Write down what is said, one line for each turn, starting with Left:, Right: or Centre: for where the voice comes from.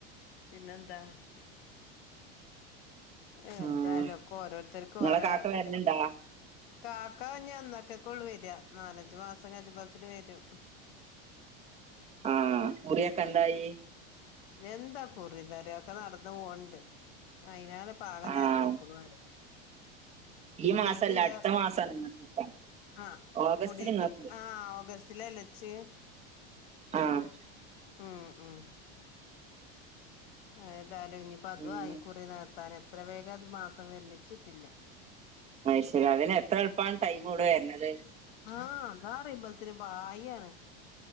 Left: പിന്നെന്താ എന്തായാലൊക്കെ
Right: ഉം
Left: ഓരോരുത്തർക്കും
Right: നിങ്ങളെ
Left: ഒരോ
Right: കാക്ക വരണുണ്ടാ
Left: പ കാക്ക ഇഞ്ഞ് അന്നക്കക്കൊള്ളു വെരാ നാലഞ്ച് മാസം കജ്ജ്മ്പോത്തിനു വരും
Right: ആഹ് കുറിയൊക്കെ എന്തായി
Left: എന്താ കുറിം തറിയൊക്കെ നടന്ന് പോവ്ണ്ട് അയിനാലെ ഇപ്പാകെ
Right: ആഹ്
Left: നെരങ്ങിക്ക്ണുറ്യാ
Right: ഈ
Left: കുടീക്ക്ല്ലാ
Right: മാസല്ല അടുത്ത മാസാണ് നിങ്ങക്ക്
Left: ആഹ്
Right: ഓഗസ്റ്റില്
Left: കുടീക്ക്
Right: നിങ്ങക്ക്
Left: ആഹ് ഓഗസ് റ്റ്ലല്ലേച്ച്
Right: ആഹ്
Left: ഉം ഉം ഏതായാലും ഇനിയിപ്പോ അതും
Right: ഉം
Left: ആയി കുറി നികത്താന് എത്ര വേഗം ഇത് മാസം വര്നെ ഇച്ച്ച്ചല്ല
Right: അത് ശെര്യാ അതെന്നെ എത്ര എള്പ്പാണ് ടൈമ് ഇവടെ വര്ണത്
Left: ആഹ് ഇതാറിയുമ്പളത്തിന് പായ്യ്യാണ്